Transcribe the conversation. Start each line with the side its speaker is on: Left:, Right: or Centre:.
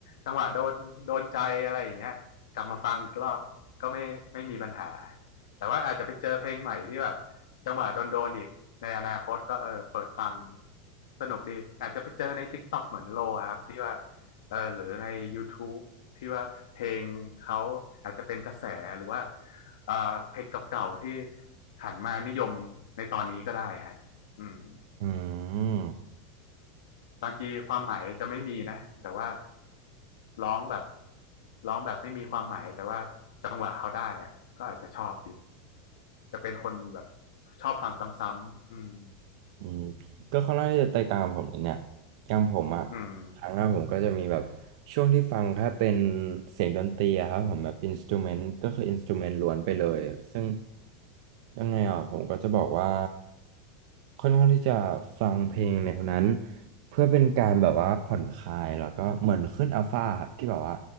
Left: จังหวะโดนโดนใจอะไรอย่างเงี้ยกลับมาฟังอีกรอบก็ไม่ไม่มีปัญหาแต่ว่าอาจจะไปเจอเพลงใหม่ที่แบบจังหวะโดนโดนอีกในอนาคตก็เออเปิดฟังสนุกดีอาจจะไปเจอใน TikTok เหมือนโลอะครับที่ว่าเออหรือใน YouTube ที่ว่าเพลงเขาอาจจะเป็นกระแสหรือว่าเออเพลงเก่าๆที่ หันมานิยมในตอนนี้ก็ได้ฮะอืม
Right: อืม
Left: บางทีความหมายจะไม่มีนะแต่ว่าร้องแบบร้องแบบไม่มีความหมายแต่ว่าจังหวะเขาได้อะก็อาจจะชอบอยู่ จะเป็นคนแบบชอบฟังซ้ำๆอืม
Right: อืมก็ค่อนข้างที่จะแตกต่างกับผมเลยเนี่ยอย่างผมอ่ะ
Left: อืม
Right: ครั้งแรผมก็จะมีแบบช่วงที่ฟังแค่เป็นเสียงดนตรีอะครับผมแบบอินสตูเมนต์ก็คืออินสตูเมนต์ล้วนไปเลย ซึ่งยังไงอ่ะผมก็จะบอกว่าค่อนข้างที่จะฟังเพลงแนวนั้นเพื่อเป็นการแบบว่าผ่อนคลายแล้วก็เหมือนขึ้นอัลฟาครับที่แบบว่า